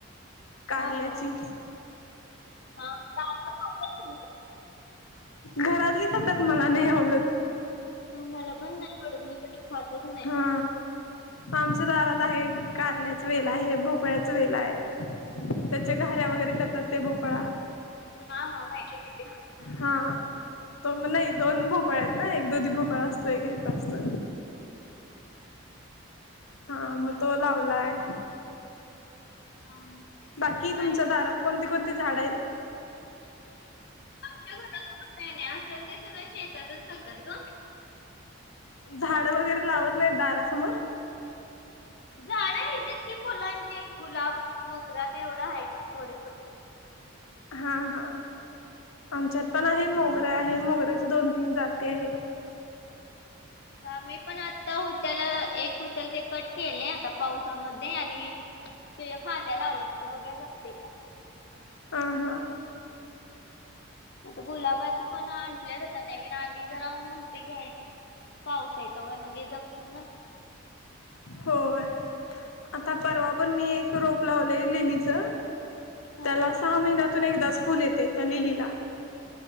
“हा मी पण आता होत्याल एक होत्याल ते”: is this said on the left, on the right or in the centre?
Left